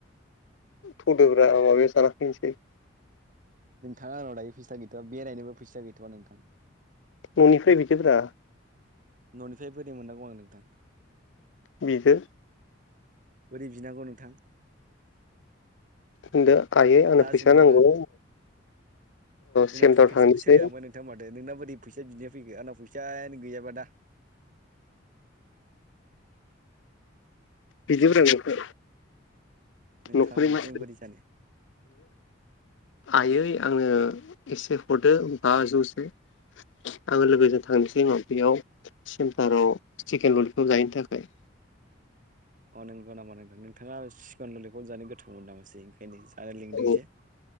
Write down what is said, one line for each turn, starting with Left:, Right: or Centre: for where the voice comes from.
Left: थुदोब्रा माबायाव जानाफैनोसै
Right: नोंथां आन दायो फैसा गैथया बेरायनोबो फैसा गैथ'वा नोंथां
Left: न'निफ्राय बिदोब्रा
Right: न'निफ्राय बोरै मोननांगौ आं नोंथां
Left: बिदो
Right: बोरै बिनांगौ नोंथां
Left: होनदो आयै आंनो
Right: दा
Left: फैसा
Right: जोङो
Left: नांगौ
Right: जोंना
Left: सेन्टाराव
Right: टपिकसआनो
Left: थांनोसै
Right: सोलायलांबाय माथो नोंना बोरै फैसा बिनाया फैखो आंनाव फैसायानो गैयाबा दा
Left: बिदोब्रा बिदो
Right: नोंथां
Left: न'खरनि
Right: बिदिजों
Left: मानसि
Right: बोरै जानो
Left: आयै आंनो एसे हरदो बाजौसो आङो लोगोजों थांनोसै उनाव बेयाव सेमटाराव चिकेन ललिफबखौ जाहैनो थाखाय
Right: अ नंगौ नामा नोंगौ नोंथाङा सिकेन ललिफब जानो गोथाव मोनो नामासै ओंखायनो जानो लिंदों
Left: औ
Right: जे